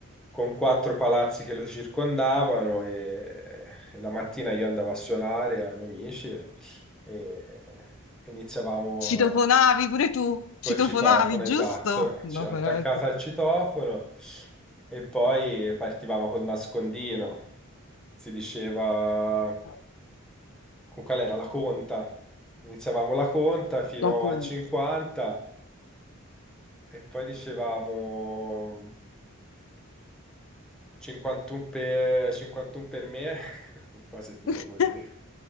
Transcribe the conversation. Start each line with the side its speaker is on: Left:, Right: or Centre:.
Centre: con quattro palazzi che lo circondavano e, e la mattina io andavo a suonare ai miei amici e, e iniziavamo
Left: Citofonavi pure tu,
Centre: Col
Left: citofonavi,
Centre: citofono,
Left: giusto?
Centre: esatto,
Left: No,
Centre: ci- attaccata
Left: veramente.
Centre: al citofono e poi partivamo col nascondino. Si diceva,
Left: <laughs>
Centre: con qual era la conta? Iniziavamo la conta fino
Left: La Conte.
Centre: a 50 e poi dicevamo 51 per, 51 per me, <laughs> cose tipo
Left: <laughs>
Centre: così.